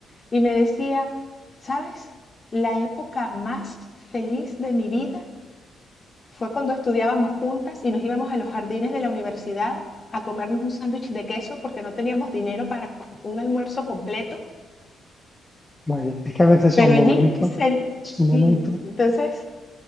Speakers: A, on the left; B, on the left.
A: y me decía, ¿sabes? La época más feliz de mi vida fue cuando estudiábamos juntas y nos íbamos a los jardines de la universidad a comernos un sándwich de queso porque no teníamos dinero para un almuerzo completo.
B: Vaya, es que a veces son
A: Pero
B: momentos,
A: allí, se-
B: son momentos,
A: sí, entonces,